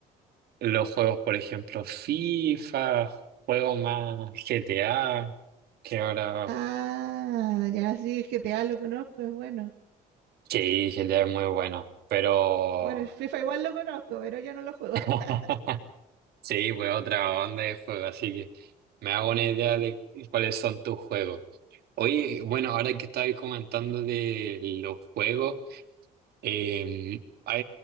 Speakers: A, on the right; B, on the right.
A: los juegos, por ejemplo, FIFA, juegos más GTA, que ahora...
B: Ah, ya sí, el GTA lo conozco, es bueno.
A: Sí, GTA es muy bueno, pero...
B: Bueno, el FIFA igual lo conozco, pero yo no lo juego.
A: <laughs>
B: <laughs>
A: Sí, pues otra onda de juegos, así que me hago una idea de cuáles son tus juegos. Oye, bueno, ahora que estabais comentando de los juegos, eh, ¿has